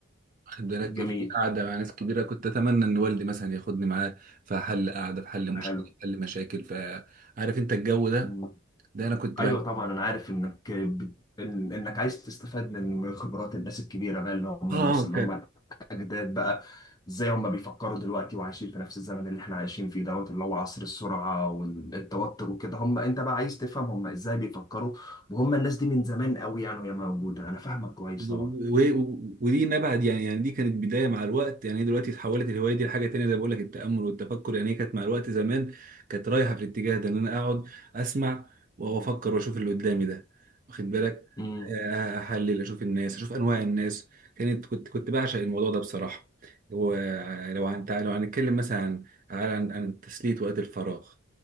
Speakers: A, on the right; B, on the left.
A: واخد بالك
B: جميل
A: في قعده مع ناس كبيره كنت اتمنى ان والدي مثلا ياخدني معاه في حل قعده في حل مشكله
B: حلو
A: في حل مشاكل فعارف انت الجو ده
B: مم.
A: ده انا كنت
B: ايوه
A: بحب
B: طبعا انا عارف انك بت- إن- انك عايز تستفاد من خبرات الناس الكبيره بقى اللي هم
A: اه
B: الناس اللي هم اجداد بقى ازاي هم بيفكروا دلوقتي وعايشين في نفس الزمن اللي احنا عايشين فيه دوت اللي هو عصر السرعه والتوتر وكده هم انت بقى عايز تفهم هم ازاي بيفكروا وهم الناس دي من زمان قوي يعني وهي موجوده انا فاهمك كويس
A: و-
B: طبعا
A: و- ودي نبعد يعني يعني دي كانت بدايه مع الوقت يعني هي دلوقتي اتحولت الهوايه دي لحاجه تانية زي ما بقول لك التامل والتفكر يعني هي كانت مع الوقت زمان كانت رايحه في الاتجاه ده ان انا اقعد اسمع وافكر واشوف اللي قدامي ده واخد بالك
B: امم
A: آه، احلل اشوف الناس اشوف انواع الناس كانت كنت كنت بعشق الموضوع ده بصراحه ولو عن لو هنتكلم مثلا عن عن عن تسليه وقت الفراغ